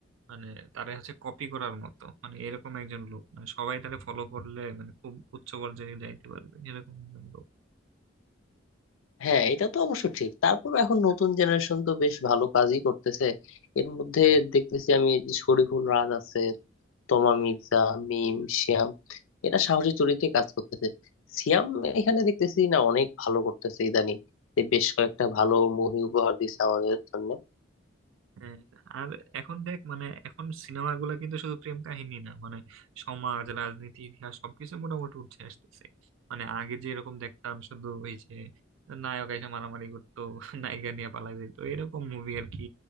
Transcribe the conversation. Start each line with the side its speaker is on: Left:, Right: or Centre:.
Right: মানে তারা হচ্ছে কপি করার মতো মানে এরকম একজন লোক মানে সবাই তারা ফলো করলে মানে খুব উচ্চ পর্যায়ে যাইতে পারবে এরকম একজন লোক
Left: হ্যাঁ এটা তো অবশ্য ঠিক তারপর এখন নতুন জেনারেশন তো বেশ ভালো কাজই করতেছে এর মধ্যে দেখতেছি আমি এই যে শরীফুল রাজ আছে তোমা মির্জা মিম শিয়াম এরা সাহসী চরিত্রে কাজ করতেছে সিয়াম এখানে দেখতেছি না অনেক ভালো করতেছে ইদানিং যে বেশ কয়েকটা ভালো মুভি উপহার দিচ্ছে আমাদের জন্য
Right: হ্যাঁ, আর এখন দেখ মানে এখন সিনেমাগুলো কিন্তু শুধু প্রেম কাহিনী না মানে সমাজ রাজনীতি ইতিহাস সবকিছু মোটামুটি উঠে আসতেছে মানে আগে যে এরকম দেখতাম শুধু ওই যে নায়ক এসে মারামারি করতো <laughs> নায়িকা নিয়ে পালাই যেত এরকম মুভি আর কি